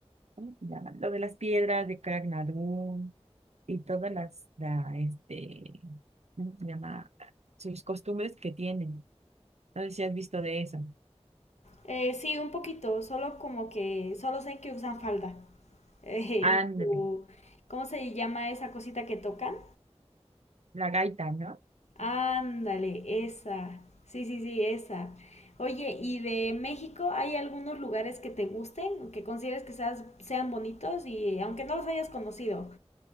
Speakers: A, on the right (about 75°); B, on the left (about 80°).
A: ¿cómo se llama? Lo de las piedras de Crag Nardun y todas las, la, este, ¿cómo se llama? Sus costumbres que tienen, no sé si has visto de eso.
B: Eh, sí, un poquito, solo como que, solo sé que usan falda. <laughs> Eh,
A: Ándale.
B: y su- ¿cómo se llama esa cosita que tocan?
A: La gaita, ¿no?
B: Ándale, esa. Sí, sí, sí, esa. Oye, ¿y de México hay algunos lugares que te gusten, que consideres que seas- sean bonitos y aunque no los hayas conocido?